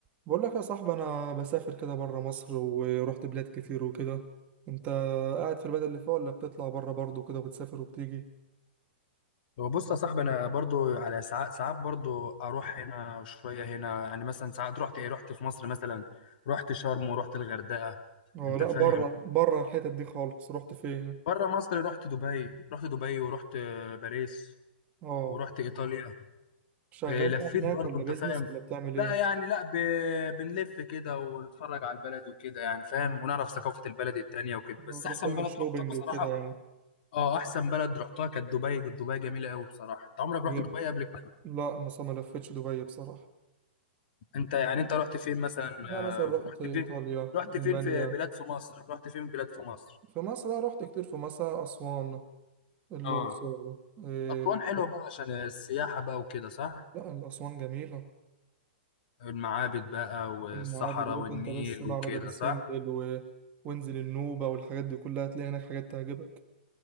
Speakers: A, on the right; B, on the left.
A: بقول لك يا صاحبي انا بسافر كده بره مصر ورحت بلاد كتير وكده انت قاعد في البلد اللي فيها ولا بتطلع بره برضه كده وبتسافر وبتيجي
B: بص يا صاحبي انا برضو على ساعات ساعات برضو اروح هنا شويه هنا يعني مثلا ساعات رحت ايه رحت في مصر مثلا رحت شرم ورحت الغردقه
A: اه
B: انت
A: لا
B: فاهم
A: مم. بره بره الحتت دي خالص رحت فين
B: بره مصر رحت دبي رحت دبي ورحت آه، باريس
A: اه
B: ورحت ايطاليا
A: شغال
B: آه، لفيت
A: بقى هناك
B: برضو
A: ولا
B: انت
A: بيزنس
B: فاهم
A: ولا بتعمل
B: لا
A: ايه
B: يعني لا ب... بنلف كده ونتفرج على البلد وكده يعني فاهم ونعرف ثقافه البلد التانيه وكده بس
A: لو تروح
B: احسن
A: تعمل
B: بلد
A: شوبينج
B: رحتها بصراحه
A: وكده يعني
B: اه احسن بلد رحتها كانت دبي كانت دبي جميله قوي بصراحه انت عمرك رحت
A: إيه؟
B: دبي قبل كده
A: لا مثلا ما لفتش دبي بصراحة
B: انت يعني انت رحت فين مثلا
A: لا
B: آه،
A: مثلا رحت
B: رحت
A: ايطاليا
B: فين رحت
A: المانيا
B: فين في بلاد في مصر رحت فين بلاد في مصر
A: في مصر لا رحت كتير في مصر اسوان الاقصر
B: اه
A: إيه.
B: أسوان حلوة بقى عشان السياحة بقى وكده صح
A: لا الاسوان جميلة
B: المعابد بقى والصحراء
A: المعابد روح
B: والنيل
A: انت بس معبد
B: وكده
A: ابو سمبل
B: صح
A: و... وانزل النوبة والحاجات دي كلها هتلاقي هناك حاجات تعجبك